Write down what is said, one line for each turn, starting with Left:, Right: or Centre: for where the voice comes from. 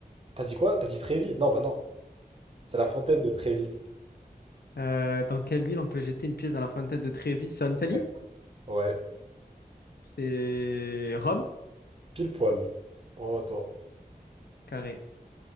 Right: T'as dit quoi? T'as dit Trévis? Non, bah non. C'est la fontaine de Trévis.
Left: Euh, dans quelle ville on peut jeter une pièce dans la fontaine de Trévis? C'est en Italie?
Right: Ouais. Ouais.
Left: C'est Rome?
Right: Pile poil. Bravo à toi.
Left: Carré.